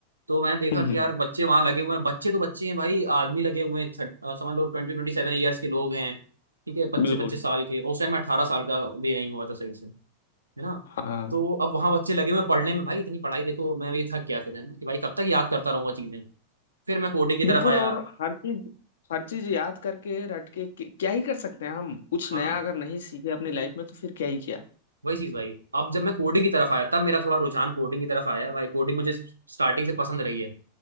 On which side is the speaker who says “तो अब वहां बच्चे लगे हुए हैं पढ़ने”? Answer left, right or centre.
Right